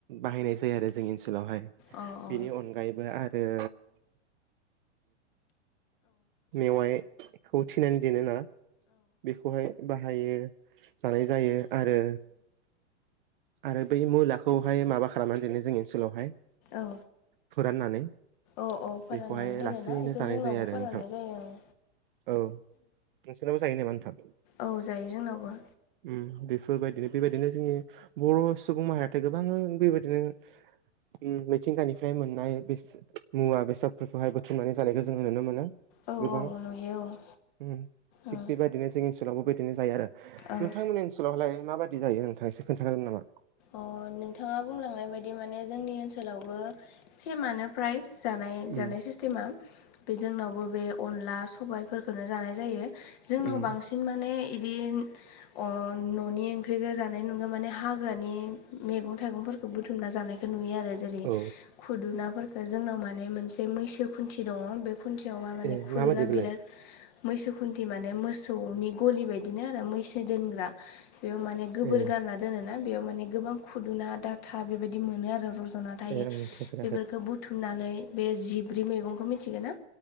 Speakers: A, on the right (about 45°); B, on the left (about 40°).
A: बाहायनाय जायो आरो जोंनि ओनसोलावहाय
B: ओ ओ
A: बेनि अनगायैबो आरो मेवाइखौ थिनानै दिनो ना बे खौहाय बाहायो जानाय जायो आरो आरो बै मुलाखौहाय माबा खालामनानै दोनो जोंनि ओनसोलावहाय
B: औ
A: फोराननानै
B: ओ ओ फोराननानै
A: बेखौहाय
B: दोनोना
A: लासैनो
B: बेखौ
A: जानाय
B: जोंनावबो
A: जायो आरो
B: फोराननाय
A: नोंथां
B: जायो ओं
A: औ नोंसोनावबो जायो नामा नोंथां?
B: औ जायो जोंनावबो
A: उम बेफोरबायदिनो बेबायदिनो जोंनि बर' सुबुं माहारियाथ' गोबां बेबायदिनो उम मिथिंगानिफ्राय मोननाय बेसा मुवा बेसादफोरखौहाय बुथुमनानै जानायखौ जोङो नुनो मोनो
B: औ
A: गोबां
B: औ नुयो औ
A: उम थिग
B: ओं
A: बेबादिनो जोंनि ओन सोलावबो बिदिनो जायो आरो
B: ओं
A: नोंथांमोननि ओनसोलावलाय माबायदि जायो नोंथां एसे खोन्थागोन नामा
B: ओ नोंथाङा बुंलांनाय बायदि माने जोंनि ओनसोलावबो सेमानो फ्राय जानाय
A: उम
B: जानाय सिस्टेमा बे जोंनावबो बे अनला सबायफोरखौनो जानाय जायो जोंनाव
A: उम
B: बांसिन माने इदि ओ न'नि ओंख्रिखौ जानाय नङा माने हाग्रा नि मेगं थाइगंफोरखौ बुथुमना जानायखौ नुयो आरो जेरै
A: औ
B: खुदुनाफोरखौ जोंनाव माने मोनसे मैसो खुन्थि दङ बे खुन्थियाव मा माने
A: ए
B: खुुरुना
A: माबायदि बेलाय
B: बिराद मैसो खुन्थि माने मोसौनि गलि बायदिनो आरो मैसो दोनग्रा बेयाव माने गोबोर
A: ए
B: गारना दोनोना बेयाव माने गोबां खुदुना दाथा बेबाय दि मोनो आरो रज'ना थायो
A: ए आं मिथियाफेराखै
B: बेफोरखौ बु थुमनानै बे जिब्रै मेगंखौ मिथिगोन ना